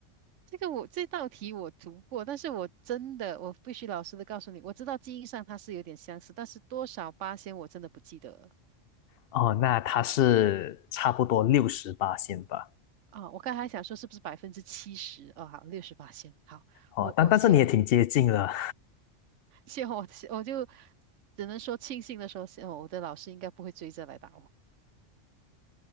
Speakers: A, on the right; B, on the left.
A: 这个我这道题我读过，但是我真的我必须老实的告诉你，我知道基因上它是有点相似，但是多少八仙我真的不记得了
B: 哦，那它是差不多六十八仙吧？
A: 啊。我刚才还想说是不是百分之七十？哦，好，六十八仙。好，
B: 哦，
A: 我我谢
B: 但但是你也挺接近了。
A: 谢我我就只能说庆幸的说，谢我的老师应该不会追着来打我。